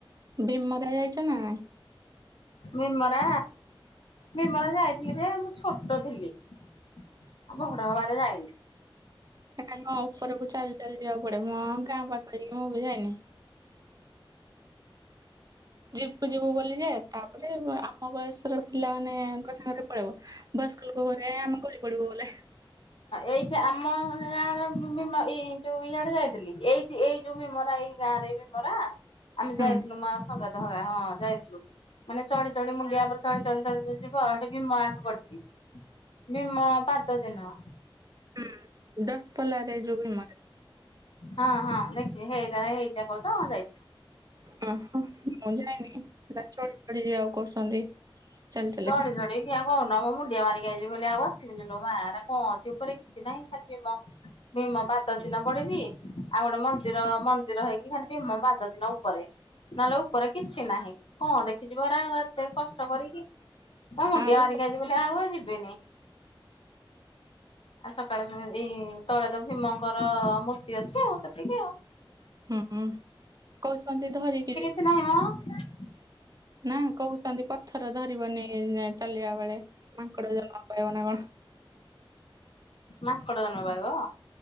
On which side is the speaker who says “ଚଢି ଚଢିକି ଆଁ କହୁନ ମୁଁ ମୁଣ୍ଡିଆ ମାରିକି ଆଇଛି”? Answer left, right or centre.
Left